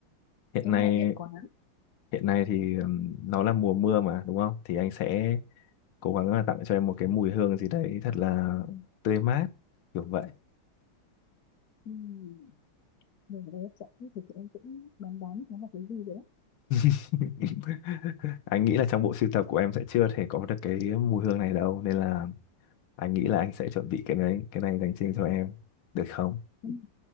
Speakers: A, on the left; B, on the left.
A: hiện
B: em
A: nay
B: ngại nhận quá
A: hiện nay thì ừm, nó là mùa mưa mà đúng không thì anh sẽ cố gắng là tặng cho em một cái mùi hương gì đấy thật là tươi mát kiểu vậy
B: uhm. nên ở đây hấp dẫn thì chị em cũng đoán đoán nó là cái gì rồi đấy
A: <laughs> anh nghĩ là trong bộ sưu tập của em sẽ chưa thể có được cái mùi hương này đâu nên là anh nghĩ là anh sẽ chuẩn bị cái này cái này dành riêng cho em được không
B: Ừm,